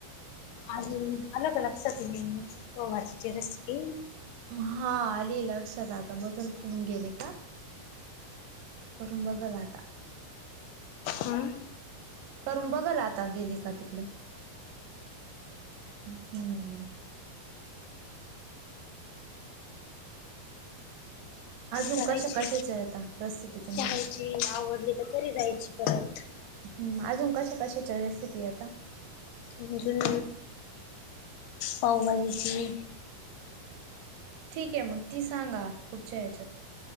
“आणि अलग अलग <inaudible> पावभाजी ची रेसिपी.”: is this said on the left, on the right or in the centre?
Left